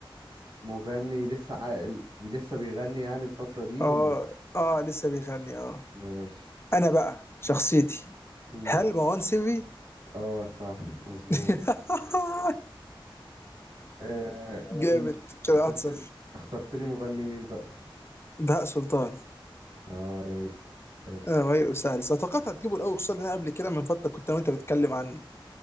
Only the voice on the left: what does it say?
اه
اه لسه بيغني اه
انا بقى شخصيتي
هل مروان سري
<laughs>
جامد
كده
1 0
بهاء سلطان
اه رايق وسهل بس توقعت هتجيبه الاول خصوصا ان انا قبل كده من فتره كنت انا وانت بتتكلم عنه